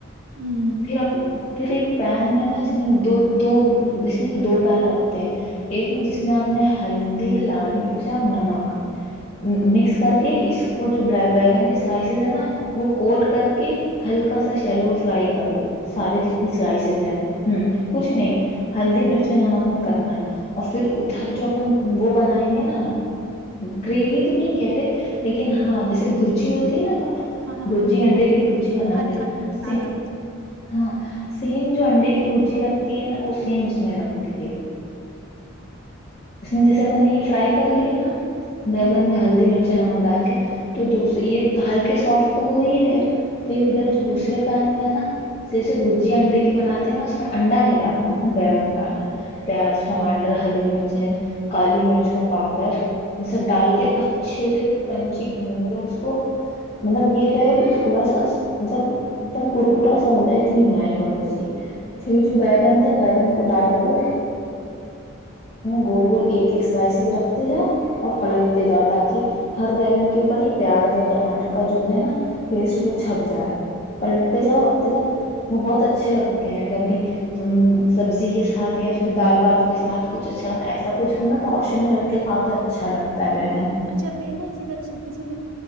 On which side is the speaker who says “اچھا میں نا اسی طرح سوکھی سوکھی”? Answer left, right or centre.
Right